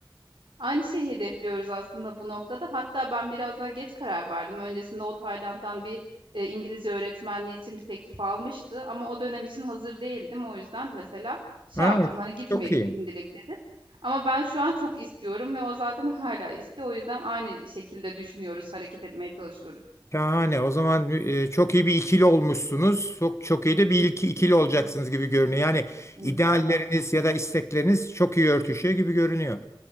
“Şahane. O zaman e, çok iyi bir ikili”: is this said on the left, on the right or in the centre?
Left